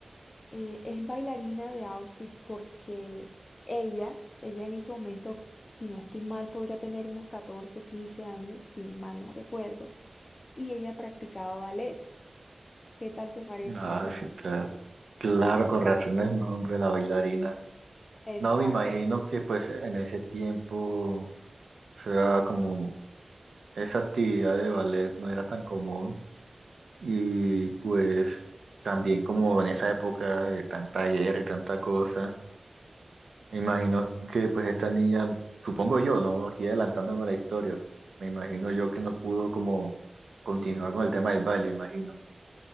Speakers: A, on the left; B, on the right.
A: Eh, es bailarina de Auschwitz porque ella, ella en ese momento, si no estoy mal, podría tener unos 14 o 15 años, si mal no recuerdo, y ella practicaba ballet. ¿Qué tal te parece?
B: Ah,
A: Imagínate.
B: sí, claro, claro, con razón el nombre, la bailarina.
A: Exacto.
B: No, me imagino que pues en ese tiempo, o sea, como esa actividad de ballet no era tan común y pues también como en esa época de tanta guerra y tanta cosa, me imagino que pues esta niña, supongo yo, ¿no? Aquí adelantándome la historia, me imagino yo que no pudo como continuar con el tema del baile, imagino.